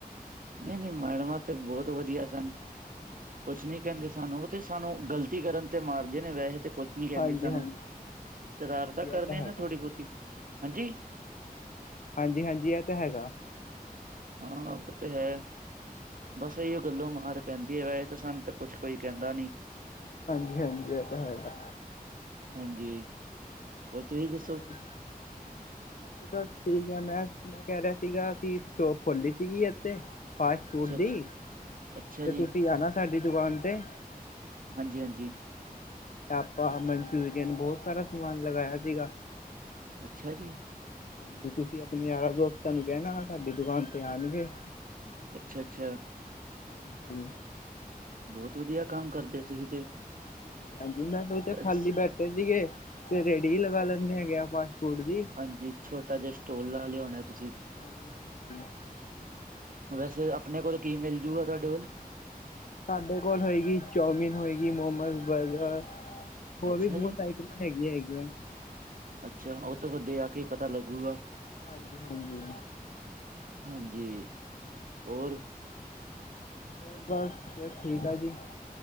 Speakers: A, on the right; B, on the left.
A: ਨ‌ਈ, ਨ‌ਈ। ਮੈਡਮਾਂ ਤਾਂ ਬੌਤ ਵਧੀਆ ਸਨ। ਕੁਛ ਨੀ ਕਹਿੰਦੇ ਸਾਨੂੰ, ਉਹ ਤੇ ਸਾਨੂੰ ਗਲਤੀ ਕਰਨ ਤੇ ਮਾਰਦੇ ਨੇ ਵੈਹੇ ਤੇ ਕੁਛ ਨੀ ਕਹਿੰਦੇ
B: ਹਾਂਜੀ
A: ਸਾਨੂੰ,
B: ਹਾਂਜੀ
A: ਸ਼ਰਾਰਤਾਂ
B: ਹਾਂਜੀ
A: ਕਰਨੀਆਂ
B: ਇਹ ਤਾਂ ਹੈਗਾ
A: ਨੇ ਥੋੜੀ-ਬਹੁਤੀ ਹਾਂਜੀ
B: ਹਾਂਜੀ ਹਾਂਜੀ ਇਹ ਤਾਂ ਹੈਗਾ।
A: ਹਾਂ ਓ ਤੇ ਹੈ। ਬਸ ਇਹੀਓ ਗੱਲੋਂ ਮਾਰ ਪੈਂਦੀ ਵੈ ਸਾਨੂੰ ਤੇ ਕੁਛ ਕੋਈ ਕਹਿੰਦਾ ਨੀ।
B: ਹਾਂਜੀ ਹਾਂਜੀ ਇਹ ਤਾਂ ਹੈ।
A: ਹਾਂਜੀ ਹੋਰ ਤੁਸੀਂ
B: ਹੋਰ
A: <inaudible>
B: ਹਾਂਜੀ ਬਸ ਠੀਕ ਐ, ਮੈਂ ਮੈਂ ਕਹਿ ਰਿਹਾ ਸੀਗਾ ਕਿ ਸ਼ੋਪ ਖੋੱਲੀ ਸੀਗੀ ਇੱਥੇ ਫਾਸਟ ਫੂਡ
A: ਅੱਛਾ ਅੱਛਾ
B: ਦੀ,
A: ਅੱਛਾ
B: ਤੇ
A: ਜੀ
B: ਤੁਸੀਂ ਆਣਾ ਸਾਡੀ ਦੁਕਾਨ ਤੇ
A: ਹਾਂਜੀ ਹਾਂਜੀ
B: ਟਾਪਾ ਮਨਚੂਰੀਅਨ ਬਹੁਤ ਸਾਰਾ ਸਮਾਨ ਲਗਾਇਆ ਸੀਗਾ।
A: ਅੱਛਾ ਜੀ
B: ਹਾਂਜੀ ਤੁਸੀਂ ਆਪਣੇ ਯਾਰਾਂ ਦੋਸਤਾਂ ਨੂੰ ਕਹਿਣਾ ਸਾਡੀ ਦੁਕਾਨ ਤੇ ਆਣਗੇ।
A: ਅੱਛਾ ਅੱਛਾ
B: ਹਾਂਜੀ
A: ਬਹੁਤ ਵਧੀਆ ਕੰਮ ਕਰਦੇ ਤੁਹੀ ਤੇ
B: ਹਾਂਜੀ ਹਾਂਜੀ, ਮੈਂ ਸੋਚਿਆ
A: ਅੱਛਾ,
B: ਖਾਲੀ ਬੈਠੇ ਸੀਗੇ ਤੇ ਰੇੜੀ ਹੀ ਲਗਾ ਲੈਂਦੇ ਹੈਗੇ ਆ ਫਾਸਟ ਫੂਡ ਦੀ
A: ਹਾਂਜੀ ਛੋਟਾ ਜਿਹਾ ਸਟੋਲ ਲਾ ਲਿਆ ਹੋਣਾ ਤੁਸੀਂ
B: ਹਾਂਜੀ ਹਾਂਜੀ
A: ਵੈਸੇ ਆਪਣੇ ਕੋਲ ਕੀ ਮਿਲ ਜੂਗਾ ਤੁਹਾਡੇ ਕੋਲ
B: ਸਾਡੇ ਕੋਲ ਹੋਏਗੀ ਚੋਮਿਨ ਹੋਏਗੀ ਮੋਮੋਸ, ਬਰਗਰ ਹੋਰ
A: ਅੱਛਾ
B: ਵੀ ਬਹੁਤ
A: ਜੀ
B: ਆਈਟਮਾਂ ਹੈਗੀਆਂ ਹੈਗੀਆਂ।
A: ਅੱਛਾ ਉਹ ਤੋਂ ਹੋੱਦੇ ਆ ਕੇ ਪਤਾ ਲੱਗੂਗਾ।
B: ਹਾਂਜੀ ਹਾਂਜੀ
A: ਹਾਂਜੀ ਹੋਰ
B: ਹੋਰ ਬਸ ਬਸ ਠੀਕ ਠਾਕ ਜੀ।